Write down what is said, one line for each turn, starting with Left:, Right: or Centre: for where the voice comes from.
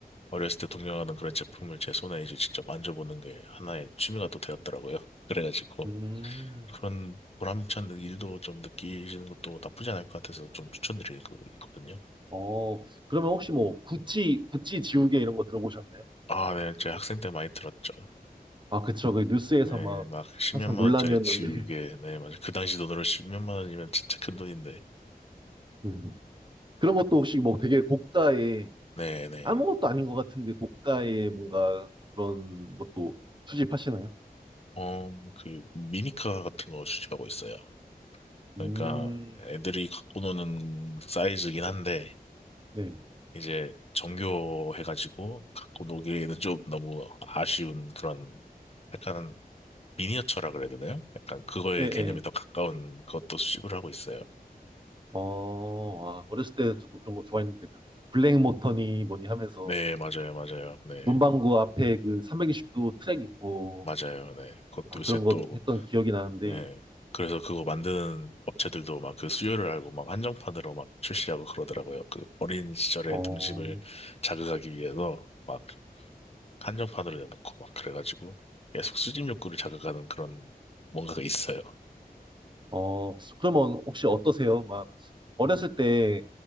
Left: 어렸을 때 동경하던 그런 제품을 제 손에 이제 직접 만져보는 게 하나의 취미가 또 되었더라고요. <laughs> 그래가지고
Right: 음,
Left: 그런 보람찬 일도 좀 느끼시는 것도 나쁘지 않을 것 같아서 좀 추천드릴 거 있거든요.
Right: 어, 그러면 혹시 뭐, 구찌, 구찌 지우개 이런 거 들어보셨나요?
Left: 아, 네, 제 학생 때 많이 들었죠.
Right: 아, 그쵸. 그 뉴스에서
Left: 네,
Right: 막
Left: 막 10몇만
Right: 항상 논란이었는데.
Left: 원짜리 지우개,
Right: <laughs>
Left: 네, 맞아요. 그 당시 돈으로 10몇만 원이면 진짜 큰 돈인데,
Right: 음. 그런 것도 혹시 뭐 되게 고가의
Left: 네, 네.
Right: 아무것도 아닌 것 같은데 고가의 뭔가 그런 것도 수집하시나요?
Left: 어, 그 미니카 같은 거 수집하고 있어요. 그러니까
Right: 음,
Left: 애들이 갖고 노는 사이즈긴 한데.
Right: 네.
Left: 이제 정교해가지고 갖고 노기에는 좀 너무 아쉬운 그런 약간 미니어처라 그래야 되나요? 약간 그거의
Right: 예, 예.
Left: 개념이 더 가까운 것도 수집을 하고 있어요.
Right: 어, 아, 어렸을 때 저도 그런 거 좋아했는데, 그 블랙 모터니 뭐니 하면서
Left: 네, 맞아요, 맞아요. 네,
Right: 문방구 앞에 그 320도 트랙 있고,
Left: 맞아요. 네. 그것도
Right: 아,
Left: 요새
Right: 그런 거
Left: 또,
Right: 했던 기억이 나는데,
Left: 네. 그래서 그거 만드는 업체들도 막 그 수요를 알고 막 한정판으로 막 출시하고 그러더라고요. 그 어린 시절의
Right: 어,
Left: 동심을 자극하기 위해서 막 한정판으로 내놓고 막 그래가지고 계속 수집 욕구를 자극하는 그런 뭔가가 있어요.
Right: 어, 그러면 혹시 어떠세요? 막, 어렸을 때